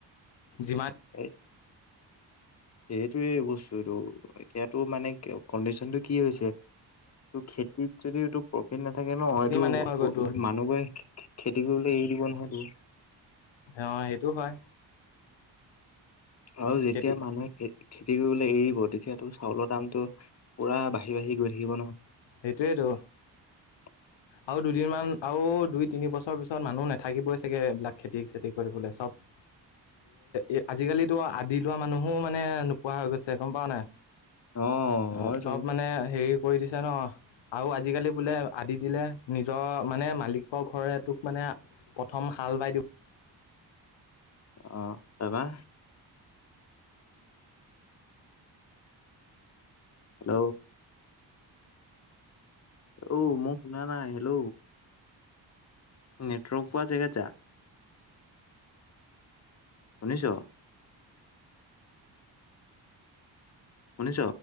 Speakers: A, on the left (about 80°); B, on the left (about 35°).
A: যিমান
B: এই এইটোৱে বস্তুটো এতিয়াতো মানে কণ্ডিচন টো কি হৈছে ত খেতিত যদিটো প্ৰ ফিট নাথাকে ন
A: সেইখিনি
B: এইটো
A: মানে হৈ গৈ তোৰ
B: মানুহবোৰে খেতি কৰিলে এৰি দিব নহয় তোৰ।
A: অ সেইটো হয়।
B: আৰু যেতিয়া
A: খেতি
B: মানুহে খেতি কৰিবলৈ এৰিব তেতিয়াতো চাউলৰ দামতটো পুৰা বাঢ়ি বাঢ়ি গৈ থাকিব নহ।
A: সেইটোৱেইেতো।
B: <inaudible>
A: আৰু দুদিনমান আৰু দুই তিনি বছৰ পিছত মানুহ নাথাকিবই চাগে এইবিলাক খেতি চেতি কৰিবলৈ চব। এ আজিকালিতো আদি লোৱা মানুহো মানে নোপোৱা হৈ গৈছে, গম পাৱ নাই?
B: অ
A: অ
B: হয়তো।
A: চব মানে হেৰি কৰি দিছো ন। আৰু আজিকালি বোলে আদি দিলে নিজৰ মানে মালিকৰ ঘৰে তোক মানে প্ৰথম হাল বাই দি
B: অ তাপা? হেল্ল'। অঔ মই শুনা নাই, হেল্ল'। নেটৱৰ্ক পোৱা জেগা যায়। শুনিছ? শুনিছ।